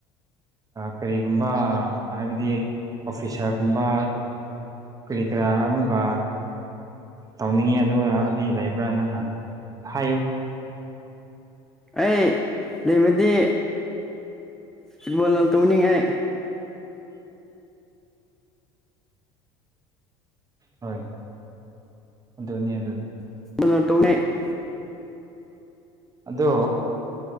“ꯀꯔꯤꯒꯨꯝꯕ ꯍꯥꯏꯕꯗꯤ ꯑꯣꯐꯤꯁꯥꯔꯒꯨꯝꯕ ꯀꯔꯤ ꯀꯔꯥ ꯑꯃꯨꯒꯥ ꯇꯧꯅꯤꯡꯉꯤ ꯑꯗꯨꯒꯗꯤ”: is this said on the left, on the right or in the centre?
Right